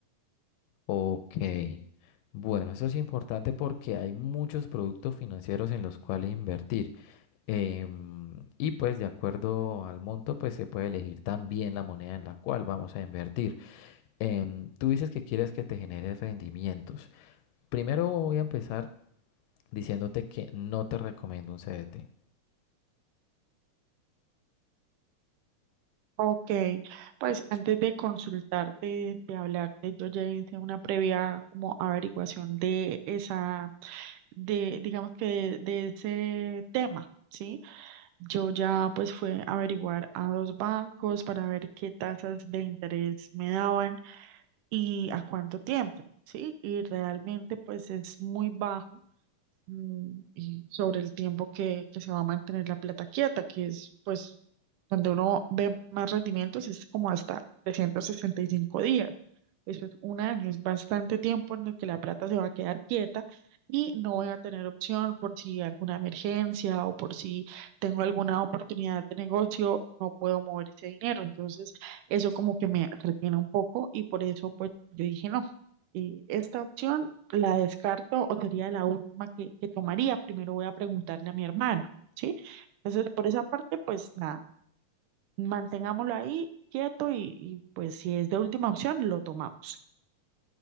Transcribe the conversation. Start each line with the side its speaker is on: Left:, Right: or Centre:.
Left: Ok, bueno, eso es importante porque hay muchos productos financieros en los cuales invertir. Em, y pues de acuerdo al monto, pues se puede elegir también la moneda en la cual vamos a invertir. Em, tú dices que quieres que te genere rendimientos. Primero voy a empezar diciéndote que no te recomiendo un CDT.
Right: Ok, pues antes de consultarte, de hablarte, yo ya hice una previa como averiguación de esa, de, digamos que de, de ese tema, ¿sí? Yo ya pues fue a averiguar a dos bancos para ver qué tasas de interés me daban y a cuánto tiempo, ¿sí? Y realmente pues es muy bajo mm, y sobre el tiempo que, que se va a mantener la plata quieta, que es pues donde uno ve más rendimientos, es como hasta 365 días. Eso es un año, es bastante tiempo en el que la plata se va a quedar quieta y no voy a tener opción por si alguna emergencia o por si tengo alguna oportunidad de negocio, no puedo mover ese dinero. Entonces, eso como que me retiene un poco y por eso pues yo dije no. Y esta opción la descarto o sería la última que, que tomaría. Primero voy a preguntarle a mi hermano, ¿sí? Entonces, por esa parte, pues nada, mantengámoslo ahí quieto y, y, pues si es de última opción, lo tomamos.